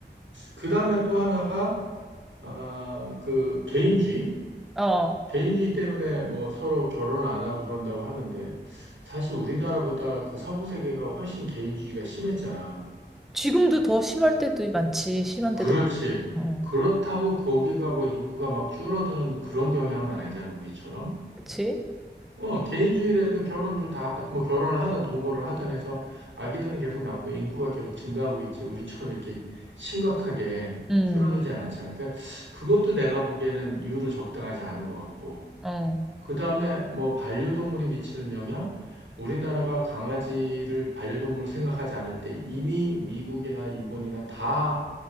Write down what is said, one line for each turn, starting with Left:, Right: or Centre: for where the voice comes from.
Right: 그 다음에 또 하나가, 아, 그 개인주의?
Centre: 어.
Right: 개인주의 때문에 뭐 서로 결혼 안 하고 그런다고 하는데, 사실 우리나라보다 그 서구 세계가 훨씬 개인주의가 심했잖아.
Centre: 지금도 더 심할 때도 많지, 심한
Right: 그렇지.
Centre: 때도. 많- 어,
Right: 그렇다고 거기가 뭐 인구가 막 줄어드는 그런 경향은 아니잖아, 우리처럼.
Centre: 그치?
Right: 어, 개인주의라도 결혼들 다, 뭐 결혼을 하든 동거를 하든 해서 아기들은 계속 낳고 인구가 계속 증가하고 있지. 우리처럼 이렇게 심각하게
Centre: 음,
Right: 줄어들진 않잖아. 그러니까 그것도 내가 보기에는 이유로 적당하지 않은 것 같고.
Centre: 어.
Right: 그 다음에 뭐 반려동물이 미치는 영향? 우리나라가 강아지를 반려동물로 생각하지 않을 때 이미 미국이나 일본이나 다